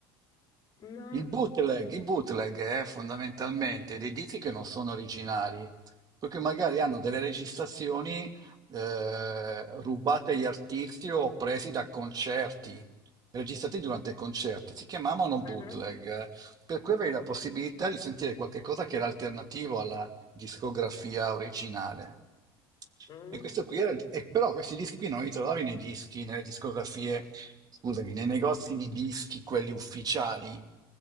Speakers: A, on the left; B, on the right.
A: No.
B: Il bootleg, il bootleg è fondamentalmente dei dischi che non sono originali, perché magari hanno delle registrazioni eh, rubate agli artisti o presi da concerti, registrati durante concerti. Si chiamavano bootleg,
A: Ah.
B: per cui avevi la possibilità
A: Mm.
B: di sentire qualche cosa che era alternativo alla discografia originale.
A: Mm.
B: E questo qui era, il- e però questi dischi qui non li trovavi nei dischi, nelle discografie, scusami, nei negozi di dischi, quelli ufficiali.